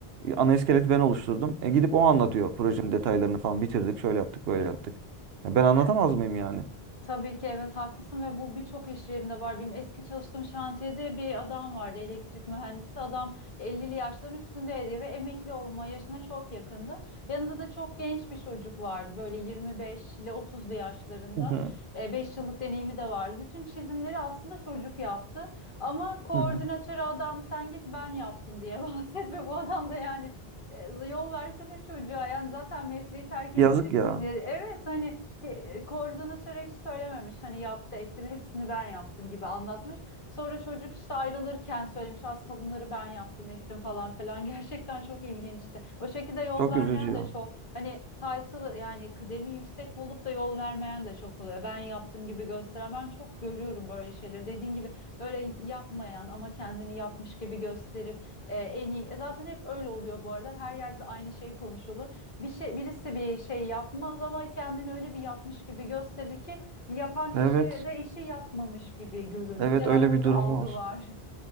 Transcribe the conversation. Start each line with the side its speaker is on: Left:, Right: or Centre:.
Right: e, ana iskeleti ben oluşturdum. E gidip o anlatıyor projenin detaylarını falan bitirdik. Şöyle yaptık böyle yaptık. Ya ben anlatamaz
Left: Ee,
Right: mıyım yani?
Left: Tabii ki evet haklısın ve bu birçok iş yerinde var. Benim eski çalıştığım şantiyede bir adam vardı, elektrik mühendisi. Adam 50'li yaşların üstündeydi ve emekli olma yaşına çok yakındı. Yanında da çok genç bir çocuk vardı. Böyle 25 ile 30'lu yaşlarında.
Right: Hı hı,
Left: E, beş yıllık deneyimi de vardı. Bütün çizimleri aslında çocuk yaptı. Ama koordinatörü
Right: hı hı.
Left: adam sen git ben yaptım diye <laughs> bahset ve bu adam da yani e, yol versene çocuğa yani zaten mesleği terk edeceksin
Right: Yazık ya.
Left: diye. Evet hani e, Koordinatöre hiç söylememiş hani yaptı etti ve hepsini ben yaptım gibi anlatmış. Sonra çocuk işte ayrılırken söylemiş aslında bunları ben yaptım ettim falan falan <laughs> gerçekten çok ilginçti. O şekilde yol
Right: Çok
Left: vermeyen
Right: üzücü ya.
Left: de çok hani title yani kıdemi yüksek olup da yol vermeyen de çok oluyor. Ben yaptım gibi gösteren ben çok görüyorum böyle şeyleri. Dediğin gibi böyle yapmayan ama kendini yapmış gibi gösterip e, en iyi e, zaten hep öyle oluyor bu arada her yerde aynı şey konuşulur bir şey birisi bir şey yapmaz ama kendini öyle bir yapmış gibi gösterir ki yapan kişi
Right: Evet.
Left: de işi yapmamış gibi görünür.
Right: Evet
Left: Genelde
Right: öyle
Left: böyle
Right: bir
Left: bir
Right: durum
Left: algı
Right: var.
Left: var.